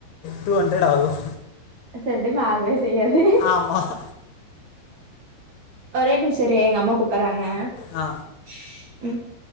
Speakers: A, on the left (about 70°); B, on the right (about 50°).
A: டூ ஹண்ட்ரட் ஆகும்
B: சில டைம் ஆகவே செய்யாது
A: ஆமாம்
B: ஒரே நிமிஷ இரு எங்க அம்மா கூப்பட்றாங்க
A: ஆ
B: ம்